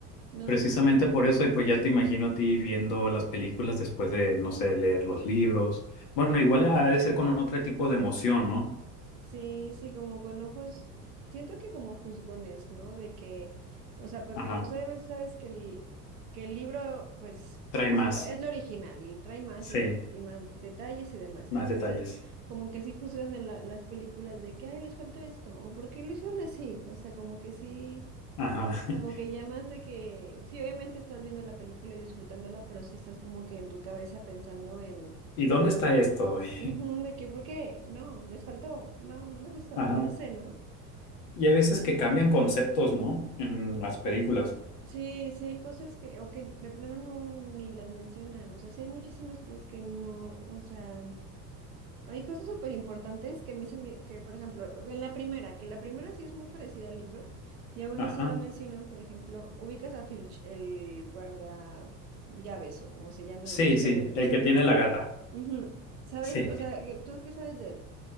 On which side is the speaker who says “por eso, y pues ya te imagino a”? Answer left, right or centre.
Left